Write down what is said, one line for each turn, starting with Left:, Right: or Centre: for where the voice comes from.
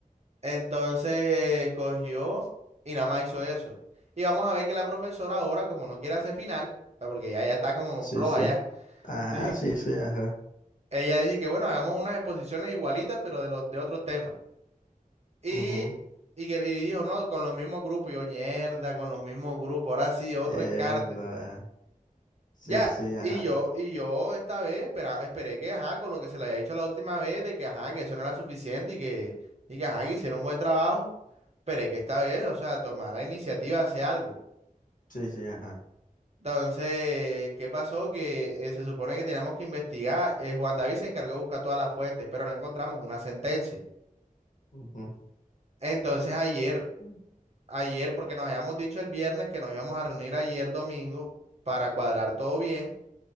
Right: Entonces cogió y nada más hizo eso. Y vamos a ver que la profesora ahora, como no quiere hacer final, ah, porque ya, ya está como
Left: Sí,
Right: floja
Left: sí.
Right: ya,
Left: Ajá,
Right: dije-
Left: sí, sí, ajá.
Right: ella dice que bueno, hagamos unas exposiciones igualitas, pero de los de otros temas. Y,
Left: Ujú.
Right: y, que- y dijo, no, con los mismos grupos. Y yo, mierda, con los mismos grupos. Ahora sí, otro
Left: Mierda.
Right: encarte.
Left: Sí,
Right: Ya,
Left: sí, ajá.
Right: y yo, y yo esta vez espera- esperé que, ajá, con lo que se le había dicho la última vez, de que, ajá, que eso no era suficiente y que, y que, ajá, que hicieron un buen trabajo, esperé que esta vez, o sea, tomara iniciativa, hace algo.
Left: Sí, sí, ajá.
Right: Entonces, ¿qué pasó? Que eh, se supone que teníamos que investigar, eh, Juan David se encargó de buscar todas las fuentes, pero no encontramos una sentencia.
Left: Ujú,
Right: Entonces, ayer,
Left: Mm.
Right: ayer, porque nos habíamos dicho el viernes que nos íbamos a reunir ayer domingo para cuadrar todo bien.